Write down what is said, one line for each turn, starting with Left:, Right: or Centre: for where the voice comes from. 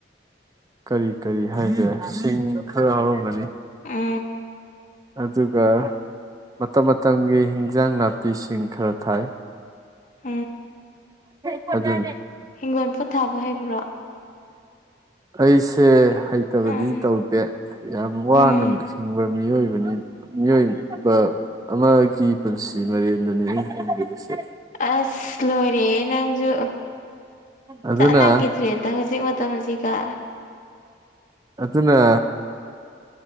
Right: ꯀꯔꯤ ꯀꯔꯤ ꯍꯥꯏꯒꯔꯦ ꯁꯤꯡ ꯈꯔ ꯍꯧꯔꯝꯒꯅꯤ
Left: ꯑ
Right: ꯑꯗꯨꯒ ꯃꯇꯝ ꯃꯇꯝꯒꯤ ꯍꯤꯟꯖꯥꯡ ꯅꯥꯄꯤꯁꯤꯡ ꯈꯔ ꯊꯥꯏ
Left: ꯑꯣ
Right: ꯍꯦ
Left: ꯍꯤꯡꯒꯣꯜ ꯄꯣꯊꯥꯕ ꯍꯩꯕ꯭ꯔꯥ
Right: ꯑꯩꯁꯦ ꯍꯩꯇꯕꯗꯤ
Left: ꯎꯝ
Right: ꯇꯧꯗꯦ ꯌꯥꯝ ꯋꯥꯅ
Left: ꯎꯝ
Right: ꯍꯤꯡꯕ ꯃꯤꯑꯣꯏꯕꯅꯤ ꯃꯤꯑꯣꯏꯕ ꯑꯃꯒꯤ ꯄꯨꯟꯁꯤ ꯃꯔꯦꯟꯗꯅꯤ ꯑꯩꯅ ꯍꯪꯂꯤꯕꯁꯦ
Left: ꯑꯁ ꯂꯣꯏꯔꯦ ꯅꯪꯁꯨ
Right: ꯑꯗꯨꯅ
Left: ꯆꯉꯒꯗ꯭ꯦ ꯑꯗ ꯍꯧꯖꯤꯛ ꯃ ꯃꯇꯝ ꯃꯁꯤꯒ
Right: ꯑꯗꯨꯅ